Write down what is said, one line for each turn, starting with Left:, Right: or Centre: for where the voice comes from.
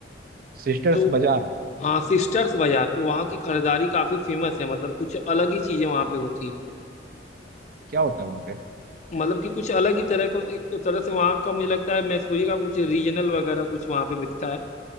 Right: सिस्टर्स
Left: तो
Right: बाजार
Left: हाँ सिस्टर्स बाजार तो वहाँ की खरीदारी काफ़ी फेमस है मतलब कुछ अलग ही चीज़ें वहाँ पे होती हैं
Right: क्या होता है वहाँ पे
Left: मतलब कि कुछ अलग ही तरह का एक तरह से वहाँ का मुझे लगता है मैसूरी का कुछ रीजनल वगैरह कुछ वहाँ पे बिकता है